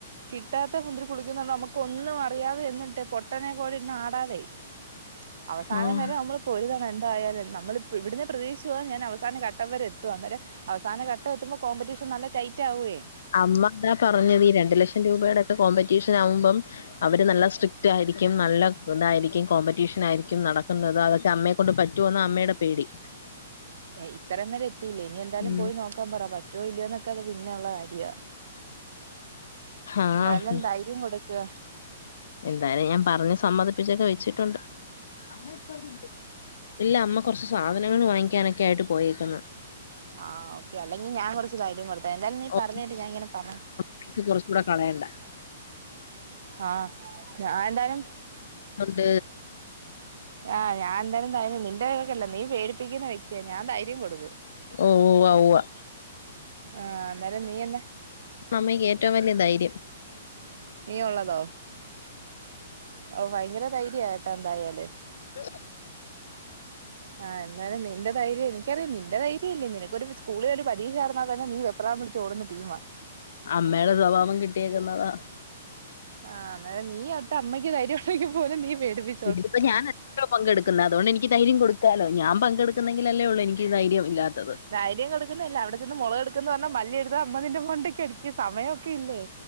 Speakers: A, on the right; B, on the left.
A: കിട്ടാത്ത മുന്തിരി പുളിക്കുന്നരഞ്ഞാ നമ്മുക്ക് ഒന്നും അറിയാതെ ചെന്നിട്ട് പൊട്ടനെ പോലെ ഇരിന്ന് ആടാതെയ് അവസാനം
B: ആഹ്
A: വരെ നമ്മള് പൊരുതണ്ണം എന്തായാലും നമ്മള് പ്പൊ ഇവിട്ന്നേ പ്രതീക്ഷിച്ചുവാൻ ഞാൻ അവസാനം ഘട്ടം വരെ എത്തു അന്നേരം അവസാനം ഘട്ടം എത്തുമ്പം കോമ്പറ്റീഷൻ നല്ല ടൈറ്റ് ആവേയ്
B: അമ്മ അതാ പറഞ്ഞത് ഈ രണ്ടു ലക്ഷം രൂപയുടെ ഒക്കെ കോമ്പറ്റീഷൻ ആകുമ്പം അവര് നല്ല സ്ട്രിക്ട് ആയിരിക്കും നല്ല ഇതായിരിക്കും കോമ്പറ്റീഷൻ ആയിരിക്കും നടക്കുന്നത് അതൊക്കെ അമ്മ കൊണ്ട് പറ്റോന്നാ അമ്മയുടെ പേടി
A: ഇത്രം വരെ എത്തിയില്ലേ ഇനി എന്തായാലും
B: ഉം
A: പോയി നോക്കാൻ പറ പറ്റുവോ ഇല്ലയൊന്നൊക്കെ അത് പിന്നെയുള്ള കാര്യ
B: ആഹ്
A: എന്തായാലും ധൈര്യം കൊടുക്ക്
B: എന്തായാലും ഞാൻ പറഞ്ഞ് സമ്മതിപ്പിച്ചൊക്കെ വെച്ചിട്ടുണ്ട് അമ്മ ഇപ്പം അവിടെ അവിടെ ഇല്ലേ ഇല്ല അമ്മ കുറച്ച് സാധനങ്ങൾ വാങ്ങിക്കാനൊക്കെ ആയിട്ട് പോയേക്ക്ന്ന്
A: ആഹ് ഓക്കെ അല്ലെങ്കിൽ ഞാൻ കൊറച്ചു ധൈര്യം കൊടു എന്തായാലും നീ
B: ഓ,
A: പറഞ്ഞേട്ട് ഞാൻ ഇങ്ങനെ പറാ
B: പൈസ കുറച്ചുകൂടെ കളയണ്ട
A: ആഹ് ഞാൻ എന്തായാലും
B: ന്നുണ്ട്
A: ആഹ് ഞാൻ എന്തായാലും ധൈര്യ നിന്റെ കണക്കല്ല നീ പേടിപ്പിക്കുന്ന വ്യക്തിയ ഞാൻ ധൈര്യം കൊടുക്കും
B: ഓ ഉവ്വാ ഉവ്വാ
A: ആഹ് എന്താലും നീ എന്നെ
B: അമ്മയ്ക്ക് ഏറ്റവും വലിയ ധൈര്യം
A: നീ ഉള്ളതോ ഔ ഭയങ്കര ധൈര്യാ കേട്ടോ എന്തായാല്
B: <unintelligible>
A: ആഹ് എന്താലും നിന്റെ ധൈര്യം എനിക്കറിയ നിന്റെ ധൈര്യല്ലേ നിനക്ക് ഒരു സ്കൂളിൽ ഒരു പരീക്ഷ ആയിരുന്നാ തന്നെ നീ വെ പ്രാളം പിടിച്ച് ഓടുന്ന ടീമാ
B: അമ്മയുടെ സ്വഭാവം കിട്ടിയേക്കുന്നതാ
A: ആഹ് അന്നേരം നീ ഒട്ട് അമ്മയ്ക്ക് ധൈര്യം ഉണ്ടെങ്കിൽ പോലും നീ പേടിപ്പി
B: ഇതിപ്പോ ഞാൻ അല്ലല്ലോ പങ്കെടുക്കുന്നത് അതൊണ്ട് എനിക്ക് ധൈര്യം കൊടുക്കാലോ ഞാൻ പങ്കെടുക്കുന്നെങ്കിൽ അല്ലേ ഒള്ളൂ എനി ക്ക് ധൈര്യം ഇല്ലാത്തത്
A: ധൈര്യം കൊടുക്കുന്നല്ല അവിടെ ചെന്ന് മുളക് എടുക്കുന്ന് പറഞ്ഞാൽ മല്ലി എടുത്ത അമ്മ നിന്റെ മണ്ടക്ക് അടിക്കും സമയൊക്കെ ഇല്ലേ